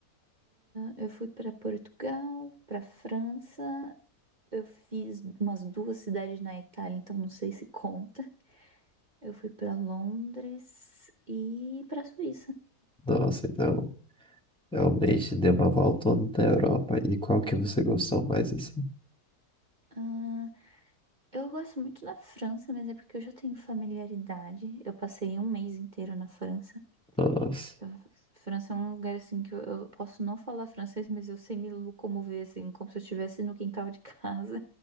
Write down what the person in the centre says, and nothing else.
Nossa, então, realmente deu uma volta toda da Europa. E qual que você gostou mais, assim?
Nossa.